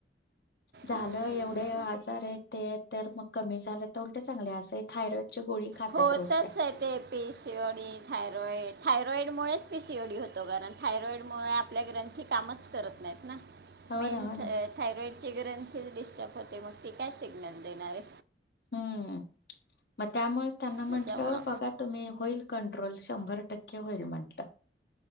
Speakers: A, on the left (about 60°); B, on the right (about 60°).
A: झालं
B: हम्म, हम्म,
A: एवढे
B: हम्म,
A: आजार आहेत ते तर मग कमी झालं तर उलट चांगले असं थायरॉइडची गोळी खातात
B: होतच
A: रोज त्या
B: आहे ते पी सिओडी थायरॉइड थायरॉइडमुळेच पीसीओडी होतो कारण थायरॉइड मुळ आपल्या ग्रंथी कामच करत नाहीत ना
A: हो
B: मेन
A: ना हो ना
B: थायरॉइड चे ग्रंथी डिस्टर्ब होते मग ती काय सिग्नल देणारे
A: हम्म मग त्यामुळे त्यांना म्हंटलं
B: त्याच्यामुळं
A: बघा तुम्ही होईल कं पेट्रोल शंभर टक्के होईल म्हंटलं